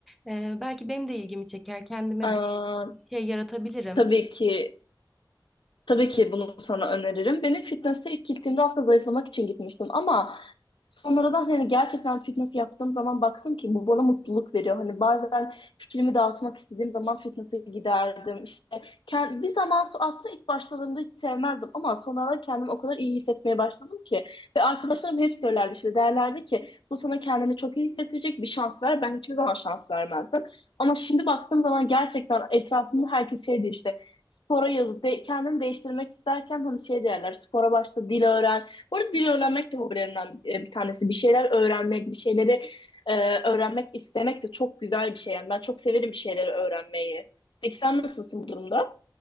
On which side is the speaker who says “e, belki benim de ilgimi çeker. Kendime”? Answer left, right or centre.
Centre